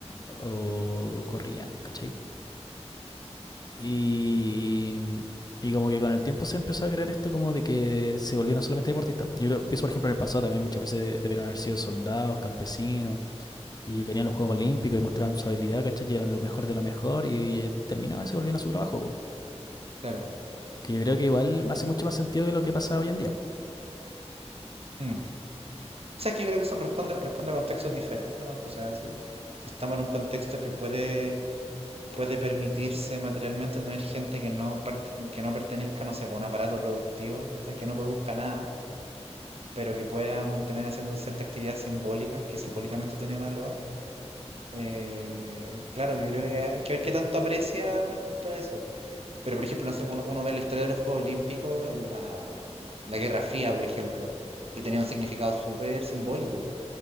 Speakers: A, on the left (about 35°); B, on the right (about 60°).
A: o corrían, ¿cachai? Y, y como que con el tiempo se empezó a crear esto como de que se volvieron solamente deportistas. Yo creo, pienso, por ejemplo, en el pasado también muchas veces debieron haber sido soldados, campesinos, y venían los Juegos Olímpicos y mostraban su habilidad, ¿cachai? Y eran lo mejor de lo mejor y, y terminaban y se volvían a su trabajo, po.
B: claro.
A: Que yo creo que igual me hace mucho más sentido que lo que pasa hoy en día.
B: Mm. O sea, es que yo creo que son responde, responde a contextos diferentes nomás. pues, o sea, si, si estamos en un contexto que puede, puede permitirse materialmente tener gente que no, part- que no pertenezca, no sé, pues, a un aparato productivo, ¿cachai? que no produzca nada, pero que pueda mantener haciendo cierta actividad simbólica, que simbólicamente tiene valor Eh, claro, yo creo que hay que ver qué tanto aprecia una cultura eso. Pero, por ejemplo, no sé, uno, uno ve la historia de los Juegos Olímpicos en la, la Guerra Fría, por ejemplo, y tenía un significado súper simbólico.